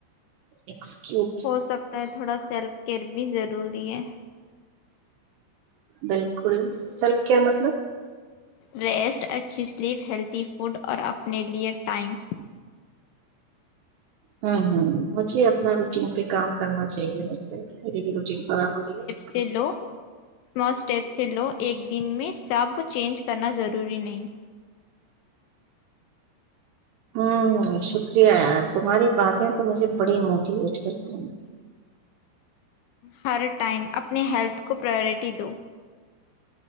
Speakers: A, on the right; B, on the left.
A: ایکسکیو
B: ہو سکتا ہے تھوڑا سیلف کیئر بھی ضروری ہے
A: بالکل سیلف کیئر مطلب
B: ریسٹ اچھی سلیپ ہیلدھی فوڈ اور اپنے لیئے ٹائم
A: ہمم ہمم مجھے اپنا روٹین پے کام کرنا چاہیے بس میری بھی روٹین خراب ہوری ہے
B: سیلو اسٹیپ سے لو ایک دن میں ساب چینج کرنا ضروری نہیں
A: آمم شکریہ تمہاری باتیں تو مجھے بڑی موٹیویٹ کرتی ہیں
B: ہر ٹائم اپنے ہیلتھ کو پراورٹی دو